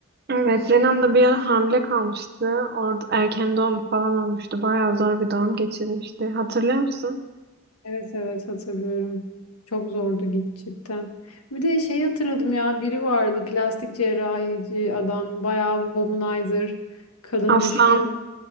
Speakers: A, on the right; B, on the left.
A: Evet, Renan da bir ara hamile kalmıştı. Orada erken doğum falan olmuştu. Bayağı zor bir doğum geçirmişti. Hatırlıyor musun?
B: Evet evet hatırlıyorum. Çok zordu git cidden. Bir de şey hatırladım ya biri vardı plastik cerrahici adam bayağı womanizer kadın
A: Aslan
B: düşkünü